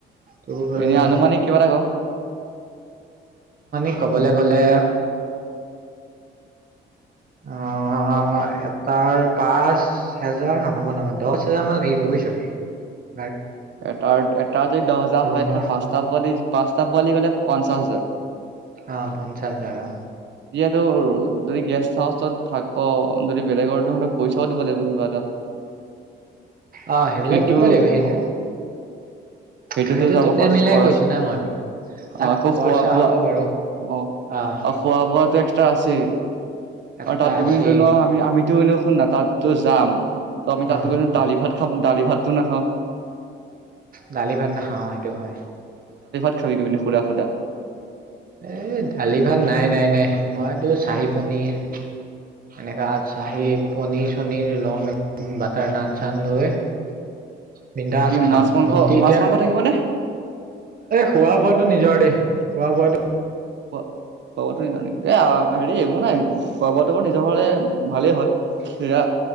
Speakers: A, on the right; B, on the right.
A: তোৰ
B: এনে আনুমানিক কিবা এটা ক
A: <unintelligible> ক'বলে গ'লে অ', এটাৰ পাঁচ হেজাৰ নহ'ব নহয়, দশ হেজাৰ মান লাগিব বুজিছ। <unintelligible>
B: এটাৰ এটা যদি দহ হাজাৰ
A: ৰুমৰ
B: হয় তেনে পাঁচটা পোৱালি পাঁচটা পোৱালি গলে পঞ্চাছ হাজাৰ
A: অঁ, পঞ্চা যাবা।
B: ত যদি গেষ্ট হাউচত থাক যদি বেলেগৰ তহঁতক পইচাও দিব লাগিব কিবা এটা।
A: অ সেইবিলাক
B: সেইটো
A: দিব লাগিব সেইটো।
B: অ সেইটোতো
A: সেইটো
B: যাব
A: টোটেল
B: খৰচ
A: মিলাই
B: খৰচ
A: কৈছো না মই তাত
B: আকৌ
A: খৰচা
B: খোৱা বোৱা।
A: হ'ব বাৰু
B: অ
A: আহ
B: আৰু খোৱা বোৱাটো এক্সট্ৰা আছেই
A: একটা
B: আৰু তাত গই
A: আশী
B: পিনে ন' আমি আমি <unintelligible> শুন না তাতটো যাম, ত' আমি তাত
A: অ
B: গৈ দালি ভাত খাব দালি ভাতটো নাখাওঁ।
A: দালি ভাত নাখাওঁ সেইটো হয়।
B: <unintelligible> খুৰা খুদা
A: এ দালি ভাত নাই নাই নাই, মইতো চাহি পনীৰ এনেকা চাহি পনীৰ চনীৰ লম একদম বাটাৰ নান চান লৈ বিন্দাছ
B: কি
A: খাম
B: মাছ মাংস
A: তহনতি এতিয়া,
B: মাছ মাংস থাকিব নে
A: খোৱা বোৱাটো নিজৰ দেই। খোৱা বো
B: <unintelligible> দে আৰু হেই একো নাই, খোৱা বোৱাটো বাৰু নিজৰ ঘৰলে ভালেই হয়। সেয়া